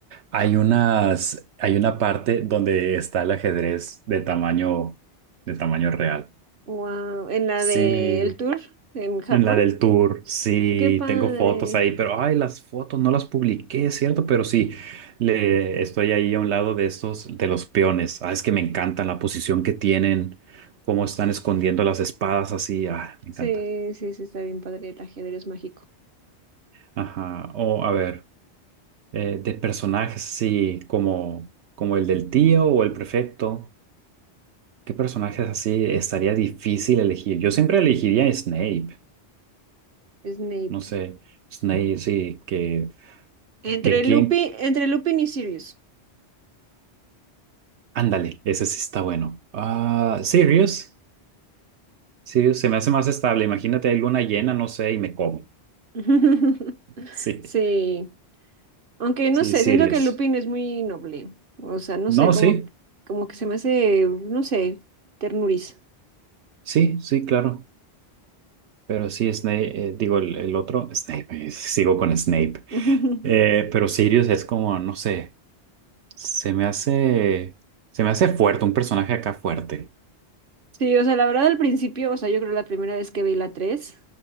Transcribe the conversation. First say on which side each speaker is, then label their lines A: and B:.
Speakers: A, on the right; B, on the right.
A: hay unas, hay una parte donde está el ajedrez de tamaño, de tamaño real.
B: Wow, en la
A: Sí,
B: del tour en Japón.
A: en la del tour, sí,
B: Qué padre.
A: tengo fotos ahí, pero ay, las fotos no las publiqué, ¿cierto? Pero sí, le estoy ahí a un lado de estos, de los peones. Ah, es que me encantan la posición que tienen, cómo están escondiendo las espadas así. Ah, me
B: Sí,
A: encanta.
B: sí, sí, está bien padre el ajedrez mágico.
A: Ajá. O a ver. eh, de personajes así como, como el del tío o el prefecto. ¿Qué personajes así estaría difícil elegir? Yo siempre elegiría a Snape.
B: Snape.
A: No sé, Snape, sí, que,
B: Entre
A: que quién.
B: Lupin, entre Lupin y Sirius.
A: Ándale, ese sí está bueno. Ah, Sirius. Sirius se me hace más estable. Imagínate alguna llena, no sé, y me come. <laughs>
B: <laughs>
A: Sí,
B: Sí. Aunque no
A: sí,
B: sé,
A: Sirius.
B: siento que Lupin es muy noble. O sea, no
A: No,
B: sé, como,
A: sí,
B: como que se me hace, no sé, ternuriza.
A: sí, sí, claro. Pero sí, Snape, eh, digo, el, el otro, <laughs> Snape, eh, sigo con Snape.
B: <laughs>
A: Eh, pero Sirius es como, no sé. Se me hace, se me hace fuerte, un personaje acá fuerte.
B: Sí, o sea, la verdad al principio, o sea, yo creo la primera vez que vi la 3,